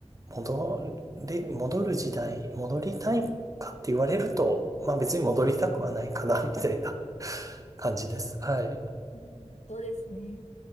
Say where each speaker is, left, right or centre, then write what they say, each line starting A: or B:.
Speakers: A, on the right; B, on the left.
A: 戻れ、戻る時代、戻りたいかって言われると、まあ別に戻りたくはないかな、みたいな感じです。はい。
B: うんそうですね。